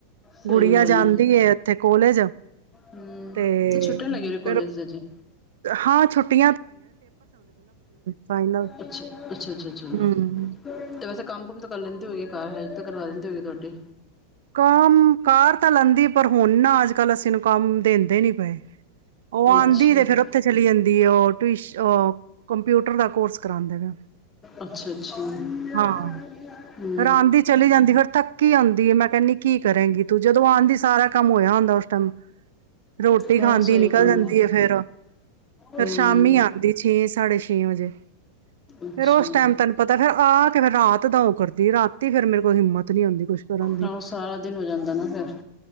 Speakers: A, on the left (about 15°); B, on the right (about 60°).
A: ਸਹੀ
B: ਗੁੜੀਆਂ
A: ਗੱਲ
B: ਜਾਂਦੀ ਇੱਥੇ ਕੋਲੇਜ
A: ਹਮ
B: ਤੇ
A: ਛੁੱਟਣ ਲੱਗੇ ਹੋ
B: ਫਿਰ
A: ਕਾਲਜ ਦਾ ਜੀ
B: ਹਾਂ ਛੁੱਟੀ ਫਾਈਨਲ
A: ਅੱਛਾ ਅੱਛਾ ਅੱਛਾ ਅੱਛਾ
B: ਹੂੰ
A: ਤੇ ਵੈਸੇ ਕੰਮ ਕੁਮ ਤਾਂ ਕਰ ਲੈਂਦੇ ਹੋਏ ਗੇ ਹੈਲਪ ਤਾਂ ਕਰਵਾ ਦਿੰਦੀ ਹੋਗੀ ਤੁਹਾਡੀ
B: ਕਮ ਕਾਰ ਤਾਂ ਲੈਂਦੀ ਪਰ ਹੁਣ ਨਾ ਅੱਜ ਕੱਲ ਅਸੀਂ ਨੂੰ ਕੰਮ ਦਿੰਦੇ ਨੀ ਪਏ ਉਹ ਆਉਂਦੀ
A: ਅੱਛਾ
B: ਤੇ ਫੇਰ ਉੱਥੇ ਚਲੀ ਜਾਂਦੀ ਉਹ ਟ ਉਹ ਕਮ ਕੰਪਿਊਟਰ ਦਾ ਕੋਰਸ ਕਰਾਉਂਦੇ ਪਏ
A: ਅੱਛਾ ਅੱਛਾ ਹ
B: ਹਾਂ ਫੇਰ ਆਉਂਦੀ ਚਲੀ ਜਾਂਦੀ ਫੇਰ ਥੱਕੀ ਆਉਂਦੀ ਹੈ ਮੈਂ ਕਹਿੰਦੀ ਕੀ ਕਰੇਗੀ ਤੂੰ ਜਦੋਂ ਆਂਦੀ ਸਾਰਾ ਕੰਮ ਹੋਇਆ ਹੁੰਦਾ ਉਸ ਟਾਈਮ ਰੋਟੀ
A: ਹਾਂ
B: ਖਾਂਦੀ
A: ਸਹੀ
B: ਨਿਕਲ
A: ਗੱਲ
B: ਜਾਂਦੀ ਫੇਰ ਫੇਰ
A: ਹਮ
B: ਸ਼ਾਮੀ ਆਉਂਦੀ ਛੀ ੇਛੇ ਸਾਡੇ ਛੇ ਵਜੇ
A: ਅੱਛਾ
B: ਫੇਿਰ ਉਸ ਟਾਈਮ ਤੈਨੂੰ ਪਤਾ ਫੇਿਰ ਆ ਕੇ ਫਿਰ ਰਾਤ ਦਾ ਉਹ ਕਰਦੀ ਰਾਤੀ ਫੇਿਰ ਮੇਰੇ ਕੋਲ ਹਿੰਮਤ ਨੀ ਹੁੰਦੀ ਕੁੱਛ ਕਰਨ ਦੀ
A: ਹਾਂ ਸਾਰਾ ਦਿਨ ਹੋ ਜਾਂਦਾ ਨਾ ਫਿਰ